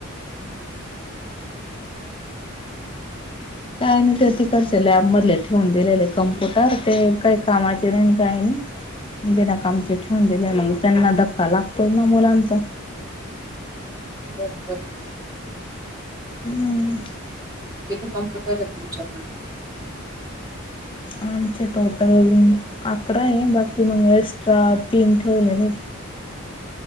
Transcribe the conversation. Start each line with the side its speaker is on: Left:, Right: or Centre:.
Right: हम <unintelligible>
Left: काय नाही ते तिकडच लॅब मधले ठेवून दिलेले, कम्प्युटर ते काही कामाचे नाही काय नाही. बिना कामचे ठेवून दिले मंग त्यांना धक्का लागतोच ना मुलांचा.
Right: बर बरं <unintelligible>
Left: हम्म.
Right: किती कम्पुटर हेत तुमच्याकडे?
Left: आमचे टोटल अकरा आहे बाकी मग एक्स्ट्रा तीन ठेवलेले आहेते.